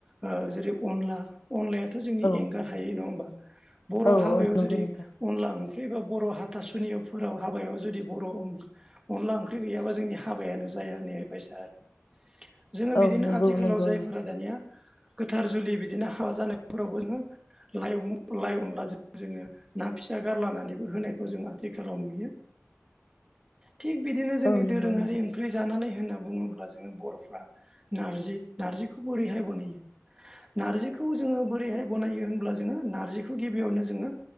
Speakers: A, on the right (about 15°); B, on the left (about 60°).
A: ओ जेरै अनला अनलायाथ' जोंनि
B: औ
A: एंगार हा थायो नङा होमबा बर'
B: औ
A: हाबायाव
B: औ नंगौ
A: जुदि
B: नोंथां
A: अनला ओंख्रि बा बर' हाथासुनिफोराव हाबायाव जुदि बर' ओं अनला ओंख्रि गैयाबा जोंनि हाबायानो जाया होनाय बायसा आरो जोङो बिदिनो
B: औ नंगौ
A: आथिखालाव
B: नंगौ
A: जायफोरा
B: नंगौ
A: दानिआ गोथार जुलि बिदिनो हाबा जानायफोरावबो जोङो लाइ लाइ अनलाजों जोङो ना फिसा गारलानानैबो होनायखौ जों आथिखालाव नुयो थिग बिदिनो जोंनि
B: औ नंगौ
A: दोरोंआरि
B: नोंथां
A: ओं ओंख्रि जानानै होनना बुङोब्ला जोङो बर'फ्रा नार्जि नारजिखौ बोरैहाय बनायो नारजिखौ जोङो बोरैहाय बनायो होनब्ला जोङो नार नारजिखौ गिबिआवनो जोङो